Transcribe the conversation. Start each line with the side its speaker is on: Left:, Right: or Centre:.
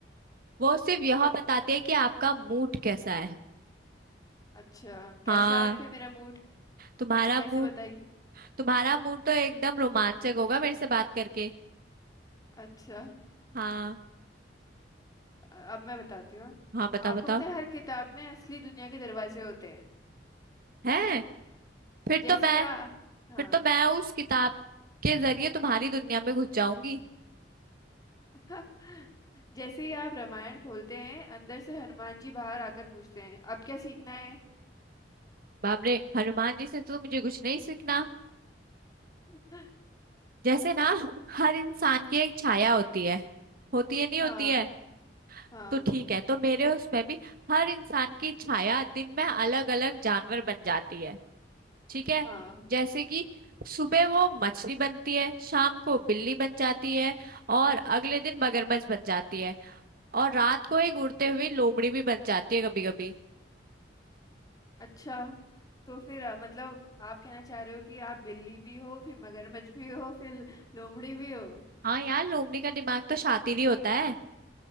Right: वो सिर्फ यह बताती है कि आपका मूड कैसा है
Left: अच्छा कैसा
Right: हाँ
Left: है फिर मेरा मूड
Right: तुम्हारा
Left: कैसे
Right: मूड
Left: बताइए
Right: तुम्हारा मूड तो एकदम रोमांचक होगा मेरे से बात करके
Left: अच्छा
Right: हाँ
Left: अब मैं बताती हूँ
Right: हाँ बताओ
Left: आपको
Right: बताओ
Left: पता है हर किताब में असली दुनिया के दरवाजे होते हैं
Right: है फिर
Left: जैसे
Right: तो मैं
Left: आ, हाँ
Right: फिर तो मैं उस किताब के जरिए तुम्हारी दुनिया में घुस जाऊंगी
Left: <laughs> जैसे ही आप रामायण खोलते हैं अंदर से हनुमान जी बाहर आकर पूछते हैं अब क्या सीखना है
Right: बाप रे हनुमान जी से तो मुझे कुछ नहीं सीखना
Left: <laughs>
Right: जैसे ना हर इंसान की एक छाया होती है होती है नहीं
Left: हाँ
Right: होती है
Left: हाँ
Right: तो ठीक है तो मेरे उसमें भी हर इंसान की छाया दिन में अलग अलग जानवर बन जाती है ठीक है
Left: हाँ
Right: जैसे कि सुबह वो मछली बनती है शाम को बिल्ली बन जाती है और अगले दिन मगरमच्छ बन जाती है और रात को एक उड़ते हुए लोमड़ी भी बन जाती है कभी कभी
Left: अच्छा तो फिर अ, मतलब आप कहना चाह रहे हो कि आप बिल्ली भी हो फिर मगरमच्छ भी हो फिर लोमड़ी भी हो
Right: हाँ यार लोमड़ी का दिमाग तो शातिर ही होता है